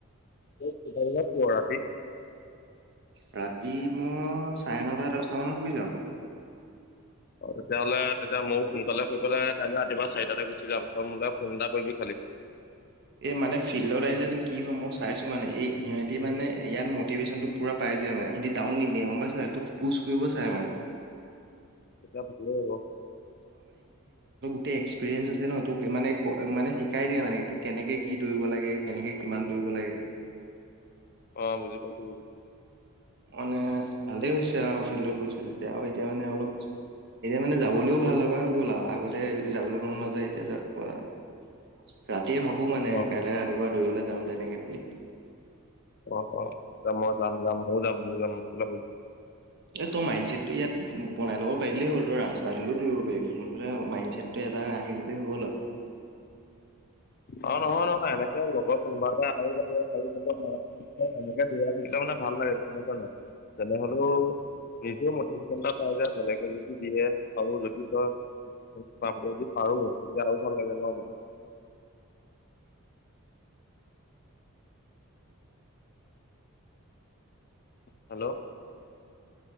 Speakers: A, on the left; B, on the right.
A: কেইটা বজাত শুৱ ৰাতি?
B: ৰাতি মই চাৰে নটা দচটা মানত শুই যাওঁ।
A: অ তেতিয়াহ'লে তেতিয়া ময়ো সোনকালে শুই পেলাই কাইলৈ ৰাতিপুৱা চাৰিটাতে গুচি যাম তই মোলৈ ফোন এটা কৰিবি খালি।
B: এই মানে ফিল্ডত আহিলেতো কি হয় মই চাইছো মানে এই ইহঁতি মানে ইয়াত মটিভেশ্যনটো পুৰা পাই যায় মানে সিহঁতি টাও নিদিয়ে গম পাইছ নাই? তোক পুচ কৰিব চাই মানে।
A: তেতিয়া ভালেই হব।
B: তো এক্সপিৰিয়েঞ্চ আছে ন তোক মানে ক মানে শিকাই দিয়ে মানে তোক কেনেকে কি দৌৰিব লাগে কেনেকে কিমান দৌৰিব লাগে।
A: অ' বুজি পাইছো বুজি
B: মানে ভালেই হৈছে আৰু ফিল্ডত গৈছো যেতিয়া আৰু এতিয়া মানে অলপ এতিয়া মানে যাবলৈও ভাল লগা হৈ গ'ল আৰু আগতে যাবলৈ মন নাযায় এতিয়া যা পূৰা ৰাতিয়ে ভাবো মানে
A: অ'
B: কাইলে ৰাতিপুৱা দৌৰিবলৈ যাম তেনেকে বুলি।
A: অ অ যাম মই যাম যাম ম যাম ম যাম।
B: এই তই মাইণ্ড ছেটটো ইয়াত বনাই ল'ব পাৰিলেই হ'ল তই ৰাস্তাট হলেও দৌৰিব পাৰিবি মুঠতে মাইণ্ড ছেটটো এবাৰ আহি গলে হল আৰু।
A: অ নহয় নহয় এনেকে লগৰ কোনোবা এটা <unintelligible> <unintelligible> থাকিলে মানে ভাল লাগে নাইছ নাই তেনেহলেও নিজে মটিভেশ্যন এটা পাই যে বেলেগে যদি দিয়ে আৰু যদি তই <unintelligible> আৰু তেতিয়া আৰু ভাল লাগে ন।
B: উ
A: হেল্ল'